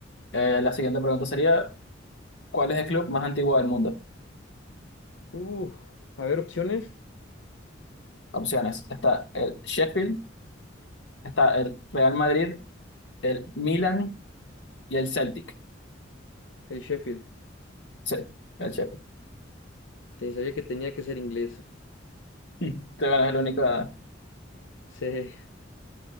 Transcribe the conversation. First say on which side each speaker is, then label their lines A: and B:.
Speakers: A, on the left (about 65°); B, on the left (about 85°).
A: eh, la siguiente pregunta sería, ¿cuál es el club más antiguo del mundo?
B: Uh, a ver, opciones.
A: Opciones, está el Sheffield, está el Real Madrid, el Milan y el Celtic.
B: El Sheffield.
A: Sí, el Sheffield. <laughs>
B: Sí, sabía que tenía que ser inglés.
A: Sí, bueno, es el único de
B: Sí.